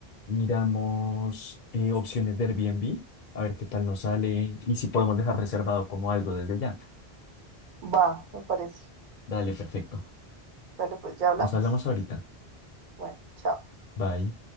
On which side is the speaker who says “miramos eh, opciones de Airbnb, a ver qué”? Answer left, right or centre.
Left